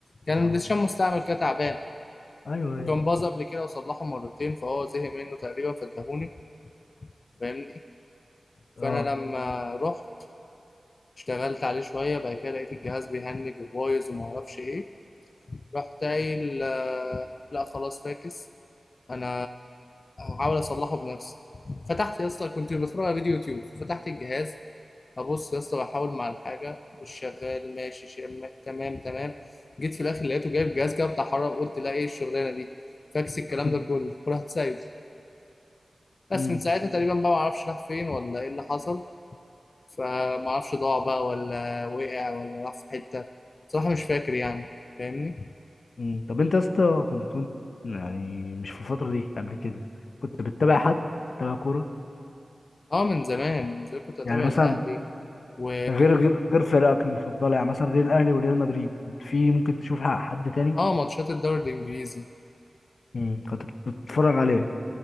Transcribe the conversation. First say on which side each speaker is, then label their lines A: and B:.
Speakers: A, on the left (about 60°); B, on the left (about 75°).
A: كان
B: اه
A: بلاي ستيشن مستعمل كده تعبان
B: ايوه
A: وكان
B: ايوه
A: باظ قبل كده وصلحه مرتين فهو زهق منه تقريبا فاداهوني فاهم
B: اه
A: فانا لما رحت اشتغلت عليه شويه بعد كده لقيت الجهاز بيهنج وبايظ وما اعرفش ايه رحت قايل آه، لا خلاص فاكس انا هحاول اصلحه بنفسي فتحت يا اسطى كنت بتفرج على فيديو يوتيوب فتحت الجهاز ابص يا اسطى بحاول مع الحاجه مش شغال ماشي شم... تمام تمام جيت في الاخر لقيته جايب جهاز كده بتاع حرارة قلت لا ايه الشغلانه دي فاكس الكلام
B: <laughs>
A: ده كله <laughs> ورحت سايبه بس
B: امم
A: من ساعتها تقريبا بقى ما اعرفش راح فين ولا ايه اللي حصل فما اعرفش ضاع بقى ولا وقع ولا راح في حتة بصراحة مش فاكر يعني فاهمني
B: أمم. طب انت يا اسطى كنت وانت يعني مش في الفتره دي قبل كده كنت بتتابع حد بتتابع كوره
A: اه من زمان من زمان كنت بتابع
B: يعني مثلا
A: الاهلي و
B: غير غير غير فرقك المفضله يعني مثلا غير الاهلي وريال مدريد كنت في ممكن تشوف حد تاني
A: اه ماتشات الدوري الانجليزي
B: امم كنت بتتفرج عليه